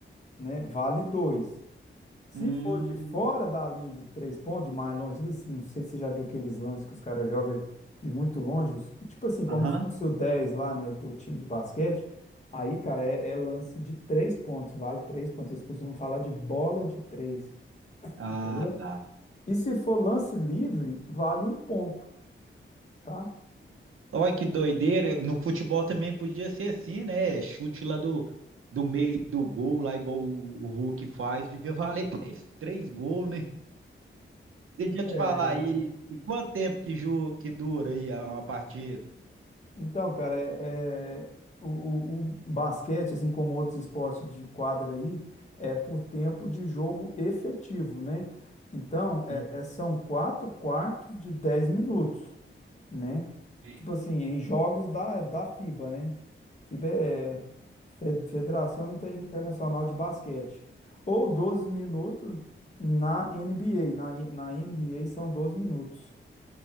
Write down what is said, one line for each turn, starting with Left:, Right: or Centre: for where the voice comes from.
Left: né, vale dois. Se
Right: Hum.
Left: for de fora da linha de três pontos, de mais longe, ali, não sei se você já viu aqueles lances que os caras jogam de muito longe, os- tipo assim, como
Right: Aham.
Left: se fosse o 10 lá, né, do time de basquete, aí, cara, é, é lance de três pontos, vale três pontos. Eles costumam falar de bola de três,
Right: Ah,
Left: entendeu?
Right: tá.
Left: E se for lance livre, vale um ponto tá?
Right: Olha que doideira. No futebol também podia ser assim, né? Chute lá do, do meio do gol, lá igual o, o Hulk faz, devia <laughs> valer três, três gols, né? Deixa eu te
Left: É,
Right: falar aí. E quanto tempo que, ju, que dura aí a- uma partida?
Left: então, cara, é, é, o, o- o basquete, assim como outros esportes de quadra aí, é por tempo de jogo efetivo, né? Então, é-
Right: Uhum.
Left: é- são quatro quartos de 10 minutos, né?
Right: Entendi.
Left: Tipo assim, em jogos da, da FIBA, né? FIBA é Fe- Federação Inter- Internacional de Basquete. Ou 12 minutos na NBA. Na, na NBA são 12 minutos,